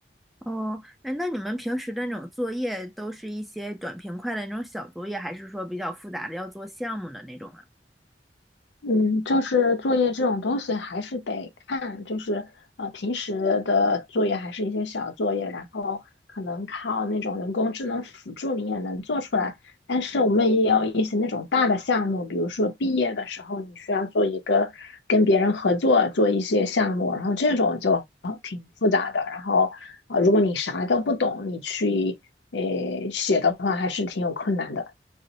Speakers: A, in the centre; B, on the left.
A: 哦，哎，那你们平时的那种作业都是一些短平快的那种小作业，还是说比较复杂的要做项目的那种啊？
B: 嗯，就是作业这种东西还是得看，就是呃平时的作业还是一些小作业，然后可能靠那种人工智能辅助你也能做出来。但是我们也有一些那种大的项目，比如说毕业的时候你需要做一个跟别人合作做一些项目，然后这种就挺复杂的。然后呃，如果你啥都不懂，你去呃写的话还是挺有困难的。